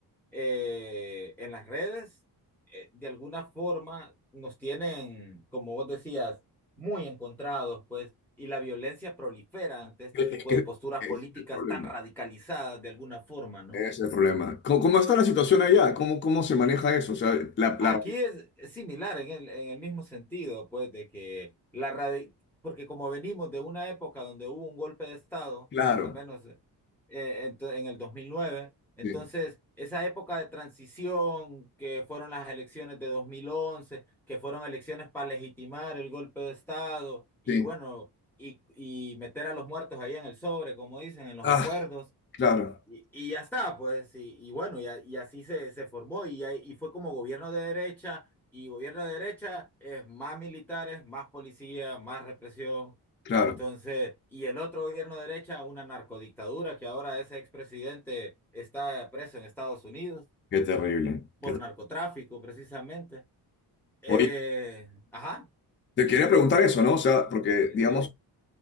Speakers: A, in the centre; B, on the left.
A: eh, en las redes, eh, de alguna forma nos tienen, como vos decías, muy encontrados, pues, y la violencia prolifera ante este
B: Es
A: tipo
B: que
A: de posturas
B: es
A: políticas
B: el problema.
A: tan radicalizadas de alguna forma, ¿no?
B: Ese es el problema. ¿Cómo, cómo está la situación allá? ¿Cómo, cómo se maneja eso? O sea, la, la-
A: Aquí es similar en el, en el mismo sentido, pues, de que la radi- porque como venimos de una época donde hubo un golpe de Estado,
B: Claro,
A: al menos eh, ento- en el 2009, entonces
B: sí,
A: esa época de transición que fueron las elecciones de 2011, que fueron elecciones para legitimar el golpe de Estado y
B: sí.
A: bueno, y, y meter a los muertos ahí en el sobre, como dicen, en los
B: Ah,
A: acuerdos.
B: claro,
A: Y, y ya está, pues, y, y bueno, y, a- y así se, se formó, y, ahí- y fue como gobierno de derecha, y gobierno de derecha es más militares, más policía, más represión.
B: claro.
A: Entonces, y el otro gobierno de derecha, una narcodictadura, que ahora ese expresidente está preso en Estados Unidos
B: Qué terrible.
A: por
B: qué-
A: narcotráfico, precisamente. Eh,
B: Oye,
A: ajá,
B: te quería preguntar eso, ¿no? O sea, porque,
A: sí,
B: digamos,
A: sí.